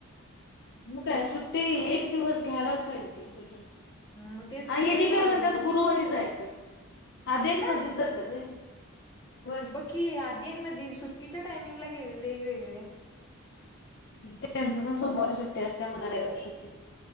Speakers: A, on the left; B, on the left.
A: मग काय सुट्टी एक दिवस घ्यायलाच पाहिजे
B: मग तेच
A: आणि
B: की
A: हेनी
B: तेच म्हणा
A: काय म्हणतात
B: लागले
A: गुरुवारी जायचं. आधी
B: आत्ता
A: आणि मध्ये जात्यात व्हय? व्हय.
B: बघ की आधीन मधी सुट्टीच्या टायमिंगला गेलेले वेगळे.
A: त्यांचं पण सोमवारी सुट्टी असत्या म्हण रविवार सुट्टी.